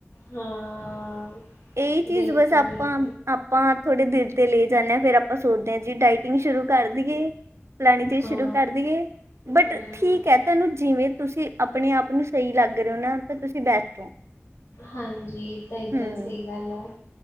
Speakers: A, on the left; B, on the right.
A: ਹਾਂ
B: ਇਹ ਚੀਜ਼
A: ਬਿਲਕੁਲ,
B: ਬਸ ਆਪਾਂ
A: ਬਿਲਕੁਲ
B: ਆਪਾਂ ਥੋੜੇ ਦਿਲ ਤੇ ਲੈ ਜਾਂਦੇ ਹਾਂ ਫੇਰ ਆਪਾਂ ਸੋਚਦੇ ਹਾਂ ਜੀ ਡਾਇਟਿੰਗ ਸ਼ੁਰੂ ਕਰ ਦੀਏ ਫਲਾਣੀ ਚੀਜ਼
A: ਹਾਂ
B: ਸ਼ੁਰੂ ਕਰ ਦੇਏ ਬਟ
A: ਹਮ
B: ਠੀਕ ਹੈ ਤੁਹਾਨੂੰ ਜਿਵੇਂ ਤੁਸੀਂ ਆਪਣੇ ਆਪ ਨੂੰ ਸਹੀ ਲੱਗ ਰਹੇ ਹੋ ਨਾ ਤਾਂ ਤੁਸੀਂ ਬੈਸਟ ਹੋ।
A: ਹਾਂਜੀ ਤਾਂ ਇਕਦਮ
B: ਹੂੰ
A: ਸਹੀ ਗੱਲ ਹੈ